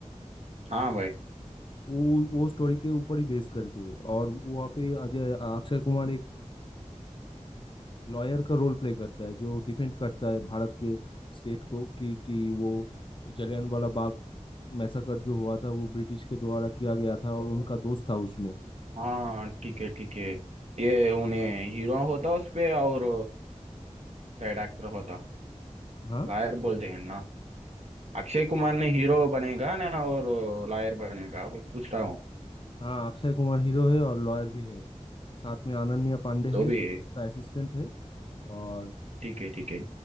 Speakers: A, on the right; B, on the left.
A: हाँ भाई
B: वो वो स्टोरी के ऊपर ही बेस करके और वहाँ पे अजय अक्षय कुमार एक लॉयर का रोल प्ले करता है जो डिफेंड करता है भारत के स्टेट को कि कि वो जलियांवाला बाग मैसाकर जो हुआ था वो ब्रिटिश के द्वारा किया गया था और उनका दोस्त था उसमें
A: हाँ ठीक है ठीक है ये उन्हें हीरो होता उस पे और साइड एक्टर होता
B: हाँ
A: लायर बोलते हैं ना अक्षय कुमार ने हीरो बनेगा ना और लॉयर बनेगा वो पूछ रहा हूँ
B: हाँ अक्षय कुमार हीरो है और लॉयर भी है साथ में अनन्या पांडे
A: तो
B: है
A: भी
B: असिस्टेंट है और
A: ठीक है ठीक है